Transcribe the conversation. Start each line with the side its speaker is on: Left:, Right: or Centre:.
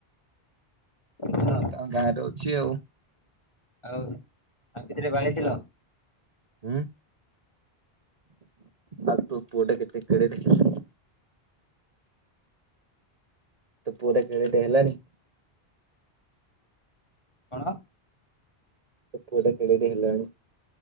Left: ଭଲ
Right: ସିଏ ତାଙ୍କ ଗାଁରେ ଅଛି ଆଉ।
Left: ଆଉ ଆଉ କେତେଟା ବାଡେଇଥିଲ?
Right: ଉଁ। ଆଉ ତୋ ପୁଅଟା କେତେ କେଡେଟେ ହେ ତୋ ପୁଆଟା କେଡେଟେ ହେଲାଣି?
Left: କଣ?
Right: ତୋ ପୁଅଟା କେଡେଟେ ହେଲାଣି?